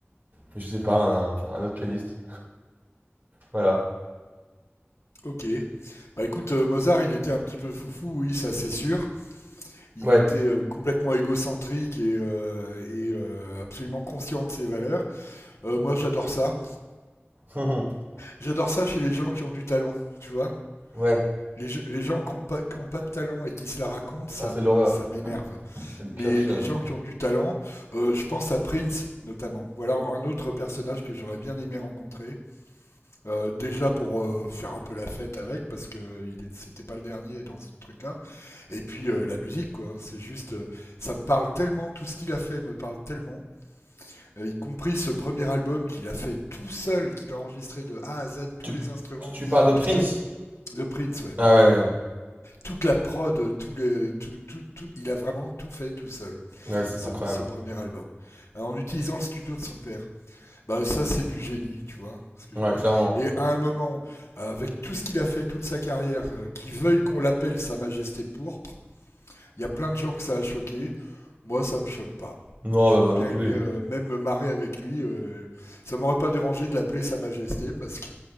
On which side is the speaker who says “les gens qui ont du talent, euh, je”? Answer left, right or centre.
Left